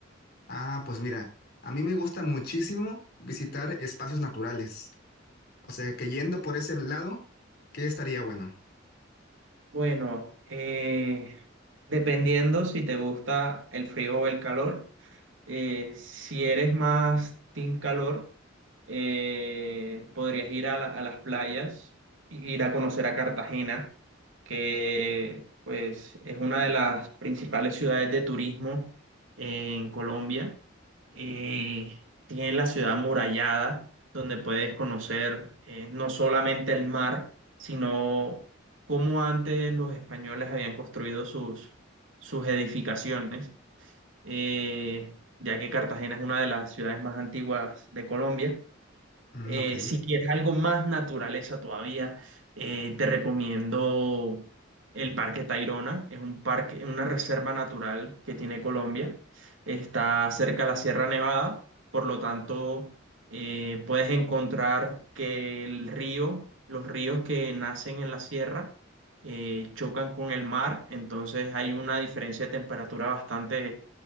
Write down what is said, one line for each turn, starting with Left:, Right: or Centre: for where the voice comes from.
Left: Ah, pues mira, a mí me gusta muchísimo visitar espacios naturales. O sea, que yendo por ese lado, ¿qué estaría bueno?
Right: Bueno, eh, dependiendo si te gusta el frío o el calor, eh, si eres más team calor, eh, podrías ir a, la- a las playas, i- ir a conocer a Cartagena, que pues es una de las principales ciudades de turismo en Colombia. Eh, tiene la ciudad amurallada, donde puedes conocer eh, no solamente el mar, sino cómo antes los españoles habían construido sus, sus edificaciones, eh, ya que Cartagena es una de las ciudades más antiguas de Colombia.
Left: Mm,
Right: Eh,
Left: ok.
Right: si quieres algo más naturaleza todavía, eh, te recomiendo el Parque Tayrona. Es un parque, una reserva natural que tiene Colombia. Está cerca de la Sierra Nevada, por lo tanto, eh, puedes encontrar que el río, los ríos que nacen en la sierra, eh, chocan con el mar, entonces hay una diferencia de temperatura bastante